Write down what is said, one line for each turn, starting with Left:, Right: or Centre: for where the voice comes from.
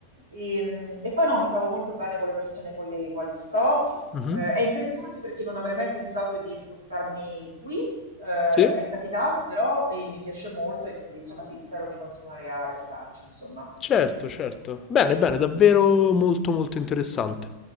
Right: ehm, e poi no, mi trovo molto bene con le persone con le quali sto.
Left: Mhm.
Right: Eh, è interessante perché non avrei mai pensato di spostarmi qui, eh,
Left: Sì?
Right: è capitato però e mi piace molto e quindi insomma sì, spero di continuare a restarci, insomma.
Left: Certo, certo. Bene, bene, davvero molto molto interessante.